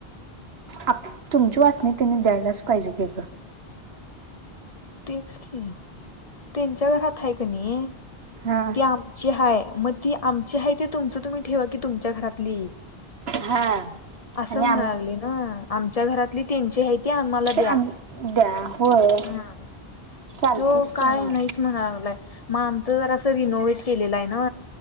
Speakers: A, on the right (about 75°); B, on the left (about 40°).
A: आप तुमची वाटणी त्यांनी द्यायलाच पाहिजे केक
B: तेच की त्यांच्या घरात आहे का नाही
A: हा
B: ते आम आ ह मग ती आमची आहे त तुमच तुम्ही ठेवा कि तुमच्या घरातली
A: हा आणि
B: असं म्हणा
A: आम
B: लागली ना आमच्या घरातली तीनश आहेत न मला
A: ते
B: द्या
A: आम द्या होय
B: हा
A: चालतेच
B: तो काय
A: की मग
B: नाहीच म्हणालाय मग आमचं जर असं रिनोव्ट केलेलं आहे ना